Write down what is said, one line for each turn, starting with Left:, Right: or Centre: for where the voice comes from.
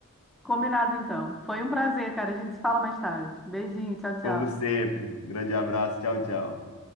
Centre: Combinado então. Foi um prazer, cara. A gente se fala mais tarde. Beijinho, tchau, tchau.
Left: Como sempre. Grande abraço. Tchau, tchau.